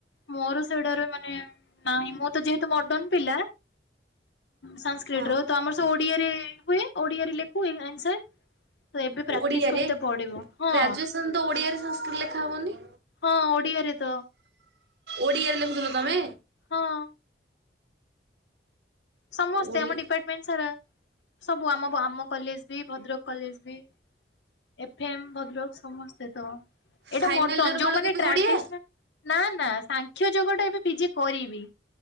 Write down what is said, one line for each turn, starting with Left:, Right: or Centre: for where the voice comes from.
Left: ମୋର ସେଗୁଡାରେ ମାନେ ନାହିଁ। ମୁଁ ତ ଯେହେତୁ ମର୍ଡନ ପିଲା, ସାଂ କ୍ରିଟ୍
Right: ହଁ
Left: ର ତ ଆମର ସେ ଓଡ଼ିଆରେ ହୁଏ, ଓଡ଼ିଆରେ ଲେଖୁ ଆନ୍ସାର୍। ତ ଏବେ ପ୍ରାକ୍ଟିସ୍
Right: ଓଡିଆରେ
Left: କରତେ ପଡ଼ିବ। ହଁ।
Right: ଗ୍ରାଜୁଏସନ ତ ଓଡ଼ିଆରେ ସାଂସ୍କିଟ୍ ଲେଖାହବନି।
Left: ହଁ ଓଡ଼ିଆରେ ତ।
Right: ଓଡ଼ିଆରେ ଲେଖୁଥିଲ ତମେ?
Left: ହଁ। ସମସ୍ତେ
Right: ଓଡି
Left: ଆମ ଡିପାର୍ଟମେଣ୍ଟ ସାରା। ସବୁ ଆମ ଆମ କଲେଜ ବି ଭଦ୍ରକ କଲେଜ ବି ଏଫ ଏମ୍, ଭଦ୍ରକ ସମସ୍ତେ ତ। ଏଇଟା
Right: ଫାଇନାଲ
Left: ମର୍ଡନ,
Right: ଇୟର
Left: ଯୋଉମାନେ
Right: ବେଳକୁ ବି
Left: ଟ୍ରାଡିସ୍ନାଲ୍
Right: ଓଡିଆ
Left: ନା ନା ସାଂଖ୍ୟ ଯୋଗଟା ଏବେ ପିଜି କରିବି,